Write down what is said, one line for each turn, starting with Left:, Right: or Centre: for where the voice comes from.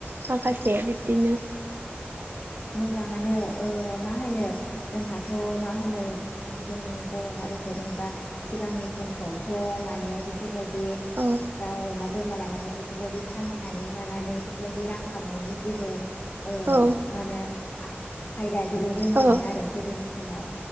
Right: माखासे बिबदिनो
Left: मोजांआनो ओ मा होनो जोंहा थ' मा होनो उम जोंनि बर' हारिखौ जेनोबा सिगांनि समफ्रावथ' माने बेफोरबादि
Right: औ
Left: दाउ अमा बोरमा लानानै बेफोरबादि फाननानै मानानै बेफोरबादि रां खामायनायनि जेबो ओ
Right: औ
Left: माने खायदा जेबो रोङामोन
Right: औ
Left: आरो गोदोनि समाव